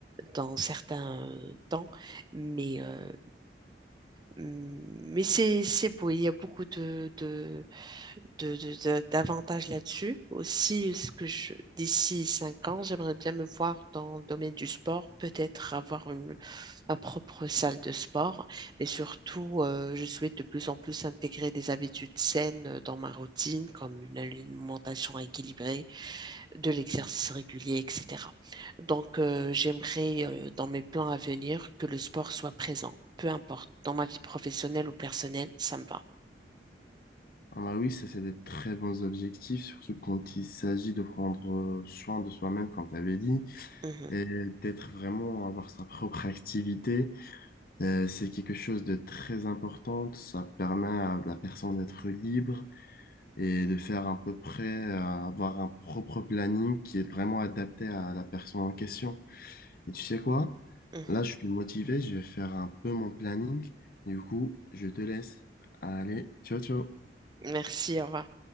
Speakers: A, on the right (about 25°); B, on the left (about 55°).
A: dans certains temps. Mais, euh, mais c'est, c'est beau. Il y a beaucoup de, de, de- de- de- d'avantages là-dessus. Aussi, ce que je, d'ici cinq ans, j'aimerais bien me voir dans le domaine du sport. Peut-être avoir une ma propre salle de sport, mais surtout, euh, je souhaite de plus en plus intégrer des habitudes saines euh, dans ma routine, comme une alimentation équilibrée, de l'exercice régulier, etc. Donc, euh, j'aimerais, euh, dans mes plans à venir, que le sport soit présent, peu importe, dans ma vie professionnelle ou personnelle, ça me va.
B: Ah bah oui, ça c'est des très bons objectifs, surtout quand il s'agit de prendre euh, soin de soi-même, comme tu avais dit,
A: Mhm,
B: et d'être vraiment avoir sa propre activité Euh, c'est quelque chose de très important. Ça permet à la personne d'être libre et de faire à peu près, à avoir un propre planning qui est vraiment adapté à la personne en question. Et tu sais quoi?
A: mhm.
B: Là, je suis motivé, je vais faire un peu mon planning. Du coup, je te laisse. Allez, ciao, ciao.
A: Merci, au revoir.